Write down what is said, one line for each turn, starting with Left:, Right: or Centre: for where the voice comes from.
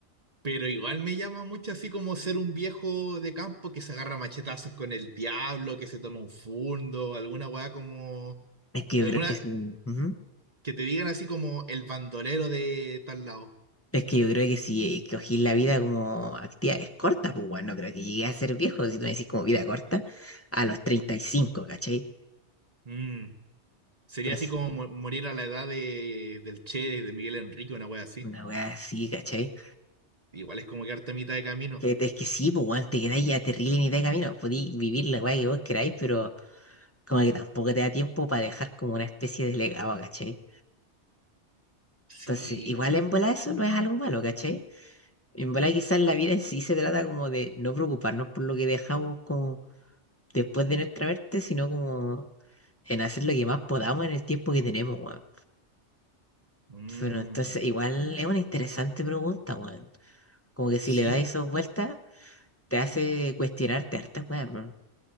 Right: pero igual me llama mucho así como ser un viejo de campo que se agarra machetazos con el diablo, que se toma un fundo, alguna weá como...
Left: Es que yo
Right: Alguna,
Left: creo que sí. ujú.
Right: Que te digan así como el bandolero de tal lado.
Left: Es que yo creo que si escogís la vida como actividades cortas, pues bueno, no creo que llegué a ser viejo, si no decís como vida corta, a los 35 ¿cachai?
Right: Mm, Sería
Left: Entonces,
Right: así como mo- morir a la edad de, del Che, de Miguel Enrique, una wea así.
Left: una weá así, ¿cachai?
Right: Igual es como quedarte a mitad de camino.
Left: Que, es que sí, pues, weón, te quedáis a terrible ni de camino. podí vivir la weá que vos queráis, pero como que tampoco te da tiempo para dejar como una especie de legado, ¿cachai?
Right: Sí.
Left: Entonces, igual en bola eso no es algo malo, ¿cachai? En bola quizás la vida en sí se trata como de no preocuparnos por lo que dejamos como después de nuestra muerte, sino como en hacer lo que más podamos en el tiempo que tenemos, weón.
Right: mm,
Left: Pero entonces, igual es una interesante pregunta, weón. Como que si
Right: Sí,
Left: le das esas vueltas, te hace cuestionarte hartas, weón.